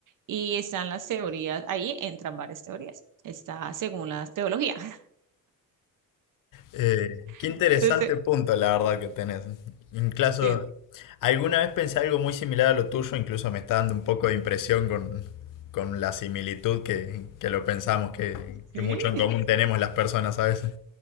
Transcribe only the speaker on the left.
Eh, qué interesante
punto, la verdad, que tenés. Incluso,
alguna vez pensé algo muy similar a lo tuyo, incluso me está dando un poco de impresión con, con la similitud que, que lo pensamos, que, que
mucho en común tenemos las personas a veces.